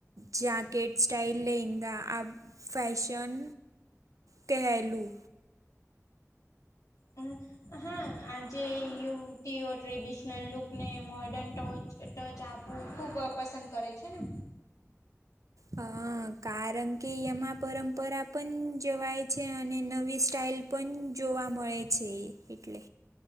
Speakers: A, on the right; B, on the left.
A: jacket style lehenga આબ ફૅશન કહેલું.
B: હમ. હા આજે યુતીઓ ટ્રેડિશનલ લુક ને મોર્ડર્ન ટ ટચ આપવું ખુબ પસંદ કરે છે ને?
A: હ કારણ કે એમાં પરંપરા પણ જવાય છે અને નવી સ્ટાાઈલ પણ જોવા મળે છે એટલે.